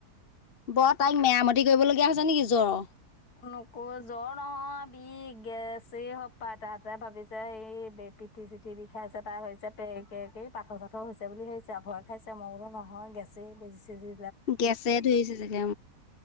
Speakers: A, on the left (about 40°); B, on the left (about 70°).
A: বৰ তাইক মেৰামতি কৰিব লগগীয়া হৈছে নেকি জ্বৰৰ।
B: নকো জ্বৰ নহয় বি গেছ এই সপ্তাহ তাহতে ভাবিছে এই, পিঠি-চিঠি বিখাইছে তাৰ হৈছে তে কে পাৰ চাথৰ হৈছে বুলি ভাবিছে ভয় খাইছে মই বোলো নহয়। গেছে বেজি-চেজী
A: গেছে ধৰিছে চাগে